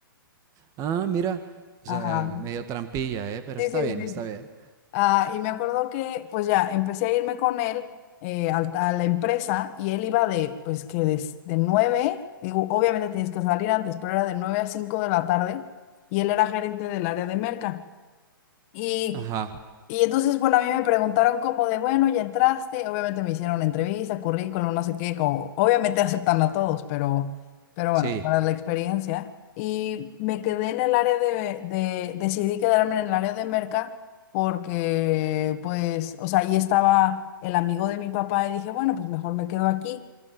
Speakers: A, on the right; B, on the left.
A: Ah, mira. O
B: Ajá.
A: sea, medio trampilla, ¿eh? Pero
B: Sí,
A: está
B: sí,
A: bien,
B: sí.
A: está bien.
B: Ah, y me acuerdo que, pues ya, empecé a irme con él eh, al- a, la empresa y él iba de, pues que de, s- de 9, digo, obviamente tienes que salir antes, pero era de 9 a 5 de la tarde y él era gerente del área de merca. Y
A: Ajá.
B: y entonces, bueno, a mí me preguntaron como de, bueno, ya entraste, obviamente me hicieron una entrevista, currículum, no sé qué, como, obviamente <laughs> aceptan a todos, pero, pero bueno,
A: Sí.
B: para la experiencia. Y me quedé en el área de, de, decidí quedarme en el área de merca porque, pues, o sea, ahí estaba el amigo de mi papá y dije, bueno, pues mejor me quedo aquí.